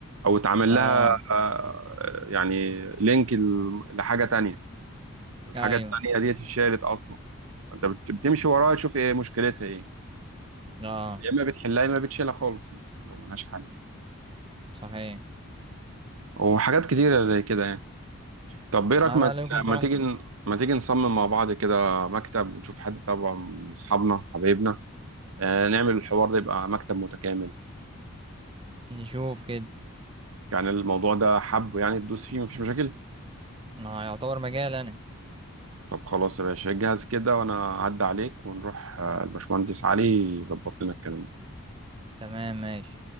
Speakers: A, on the right; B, on the right.
A: او اتعمل
B: اه
A: لها آه، يعني لينك ل- لحاجه تانية والحاجه
B: ايوه
A: التانية دي اتشالت اصلا انت بت- بتمشي وراها تشوف ايه مشكلتها ايه
B: اه
A: يا اما بتحلها يا اما بتشيلها خالص يعني لو ملهاش حل يعني.
B: صحيح
A: وحاجات كتيره زي كده يعني طب ايه رايك
B: لا
A: ما
B: لا لا يكون في
A: ما
B: عمكم
A: تيجي ما تيجي نصمم مع بعض كده مكتب ونشوف حد طبعا من اصحابنا حبايبنا آه، نعمل الحوار ده يبقى مكتب متكامل
B: نشوف كده
A: يعني الموضوع ده حب يعني تدوس فيه مفيش مشاكل
B: ما يعتبر مجال انا
A: طب خلاص يا باشا جهز كده وانا اعدي عليك ونروح آه، الباشمهندس علي يظبط لنا الكلام ده.
B: تمام ماشي